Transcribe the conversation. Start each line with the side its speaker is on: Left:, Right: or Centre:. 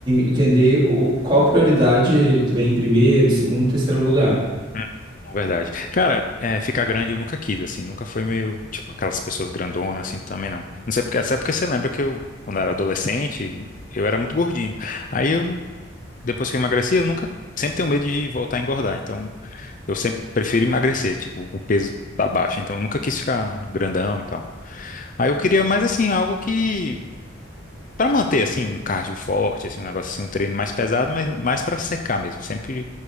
Right: entender o, qual prioridade vem em primeiro, segundo, terceiro lugar.
Left: hum, hum. é Verdade. Cara, é, ficar grande eu nunca quis, assim, nunca foi meio, tipo, aquelas pessoas grandonas, assim, também não. Não sei porque, até porque você lembra que eu, quando eu era adolescente, eu era muito gordinho. Aí eu depois que eu emagreci, eu nunca, sempre tenho medo de voltar a engordar. Então, eu sempre prefiro emagrecer, tipo, o peso tá baixo. Então, eu nunca quis ficar grandão e tal. Aí eu queria mais assim, algo que Pra manter assim um cardio forte, assim um negócio assim, um treino mais pesado, mas mais pra secar mesmo. Sempre